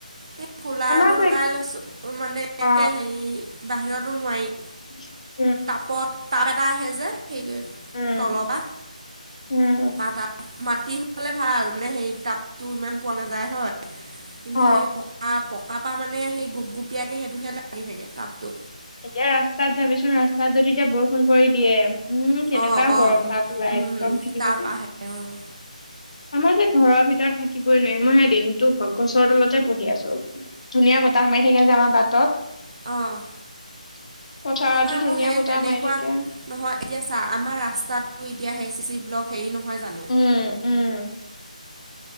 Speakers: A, on the right; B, on the left.
A: সেই কুলাৰটো
B: আমাৰ যে
A: লগাই লৈছো মানে এনেকে
B: অ
A: হেৰি বাহিৰত সমাই
B: <inaudible>
A: তাপত তাপ এটা আহে যে সেই
B: উম
A: তলপাত
B: উম
A: পকা ত মাটি হোৱে ভাল মানে সেই টাপতটো ইমান পোৱা নাযায় হয় কিন্তু
B: অ
A: সেই পকা পকা পা মানে সেই গোপ গুপীয়াকে সেইটোহে লাগি থাকে টাপটো
B: এতিয়া ৰাস্তাত যাবিচোন ৰাস্তাত যদি এতিয়া বৰষুণ পৰি দিয়ে উম কেনেকুৱা
A: অঁ অঁ
B: গৰম তাপ ওলাই
A: উম
B: একদম থাকিব
A: তাৰপা
B: লাগিব
A: আহে অঁ
B: আমাৰ যে ঘৰৰ ভিতৰত থাকিবই নোৱাৰি মইে দিনতো গছৰ তলতে বহি আছো ধুনীয়া বত এ সমাৰি থাকে যে আমাৰ বাটত
A: অ
B: <inaudible>
A: আমাৰ আকৌ
B: ধুনীয়া
A: সেই
B: বতাহ
A: তেনেকুৱা
B: মাৰি থাকে
A: নহয় এতিয়া চা আমাৰ ৰাস্তাটো এতিয়া হেই চি চি ব্লক হেৰি নহয় জানো
B: উম উম